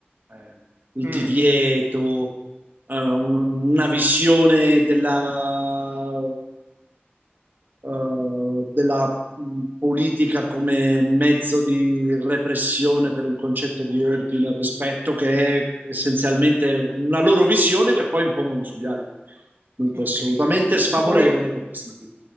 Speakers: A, on the right; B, on the right.
A: Eh, il
B: Mm,
A: divieto, eh, un- una visione della eh, della mh, politica come mezzo di repressione per un concetto di ordine e rispetto che è essenzialmente una loro visione che poi impongono sugli altri. Dunque,
B: ok,
A: assolutamente sfavorevole
B: voglio,
A: per questo motivo.